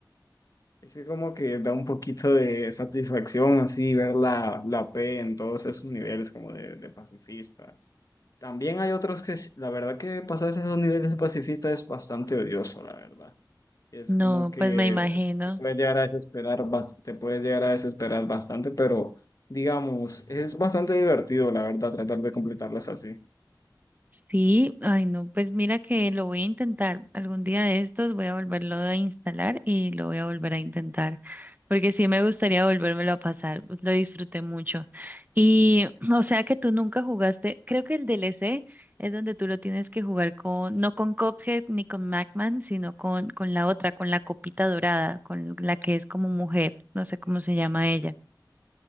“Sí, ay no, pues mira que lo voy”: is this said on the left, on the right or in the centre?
Right